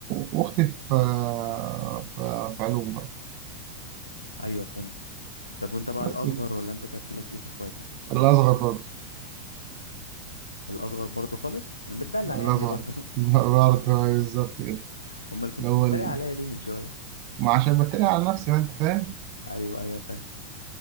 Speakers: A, on the right (about 45°); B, on the left (about 80°).
A: وأختي في آه، في في علوم برضه
B: ايوه فهمت طب وانت بقى
A: بس
B: الاصغر ولا انت ترتيبك ايه في اخواتك
A: الأصغر برضه
B: الاصغر برضو خالص المدلع
A: الأصغر
B: يعني برضو
A: <laughs> برضه بالظبط كده
B: <laughs> امال كنت
A: اللي هو
B: بتتريق
A: ال-
B: عليا ليه من شويه
A: ما عشان بتريق على نفسي بقى أنت فاهم
B: ايوه ايوه فاهم